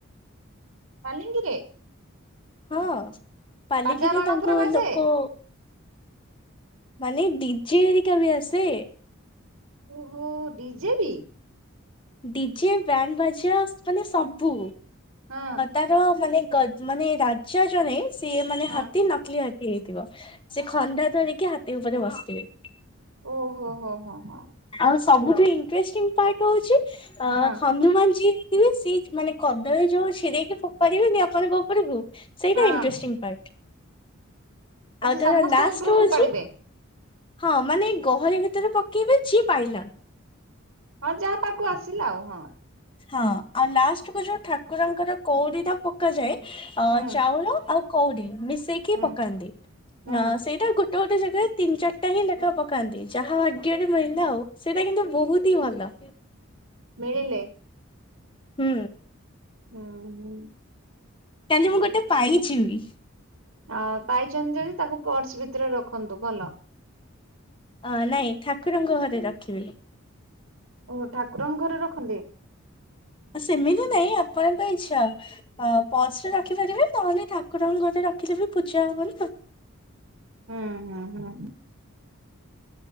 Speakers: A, on the right; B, on the left.
A: ପାଲିଙ୍କିରେ
B: ହଁ ପାଲିକିରେ
A: ବାଜା ବାଣ
B: ତାଙ୍କୁ
A: ପୁରା ବାଜେ
B: ଲୋକ ମାନେ ଡିଜେହେରିକା ବି ଆସେ।
A: ଓହୋ ଡିଜେ କି?
B: ଡିଜେ ବ୍ୟାଣ୍ଡ ବାଜଆ ମାନେ ସବୁ
A: ହଁ
B: ତାର ମାନେ ଗ ମାନେ ରାଜା ଜଣେ ସିଏ ମାନେ
A: ହଁ
B: ହାତୀ ନକଲି ହେଇଥିବ ସେ ଖଣ୍ଡା ଧରିକି ହାତୀ ଉପରେ ବସିଥିବେ।
A: ଓହୋ ହୋ ହୋ ହଁ।
B: ଆଉ ସବୁଠୁ ଇଣ୍ଟରେଷ୍ଟିଂ ପାର୍ଟ ହଉଚି ଅ
A: ହଁ
B: ହନୁମାନ ଯୀ ସି ମାନେ କଦଳୀ ଯୋଉ ଚିଡ଼େଇକି ଫୋପାଡ଼ି ବେନି ଆପଣଙ୍କ ଉପରକୁ ସେଇଟା
A: ହଁ
B: ଇଣ୍ଟଷ୍ ପାର୍ଟ
A: ଓ
B: ଆଉ
A: ସେ
B: ତାର
A: ସମସ୍ତଙ୍କ
B: ଲାଷ୍ଟ
A: ଉପରକୁ
B: ହଉଚି
A: ଫୋପାଡିବେ
B: ହଁ ମାନେ ଏଇ ଗହଳି ଭିତରେ ପକେଇବେ ଯିଏ ପାଇଲା।
A: ହଁ ଯାହା ପାଖକୁ ଆସିଲା ଆଉ ହଁ।
B: ହଁ ଆଉ ଲାଷ୍ଟକୁ ଯୋଉ ଠାକୁରଙ୍କର କଉଡ଼ିଟା ପକାଯାଏ ଅ
A: ହୁଁ
B: ଚାଉଳ ଆଉ କୋଉଡ଼ି ମିଶେଇକି
A: ହୁଁ
B: ପକାନ୍ତି।
A: ହୁଁ
B: ହଁ ସେଇଟା ଗୋଟେ ଗୋଟେ ଜାଗାରେ ତିନି ଚାରିଟା ହିଁ ଲେଖା ପକାନ୍ତି ଯାହା ଭାଗ୍ୟରେ ମଳିଲା ଆଉ। ସେଇଟା କିନ୍ତୁ ବହୁତହିଁ ଭଲ।
A: ମିଳିଲେ?
B: ହୁଁ।
A: ଉଁ -ହୁଁ।
B: କାଲି ମୁଁ ଗୋଟେ ପାଇଚିବି।
A: ଅ -ପାଇଚନ୍ତି ଯଦି ତାକୁ ପର୍ସ ଭିତରେ ରଖନ୍ତୁ ଭଲ।
B: ଅ- ନାଇଁ ଠାକୁରଙ୍କ ଘରେ ରଖିବି।
A: ଓହୋ ଠାକୁରଙ୍କ ଘରେ ରଖନ୍ତି?
B: ସେମିତି ନାଇଁ ଆପଣଙ୍କ ଇଚ୍ଛା। ଅ-ପର୍ସରେ ରଖିପାରିବେ ନହେଲେ ଠାକୁରଙ୍କ ଘରେ ରଖିଲେବି ପୂଜା ହବନା ସେ
A: ହୁଁ -ହୁଁ- ହୁଁ।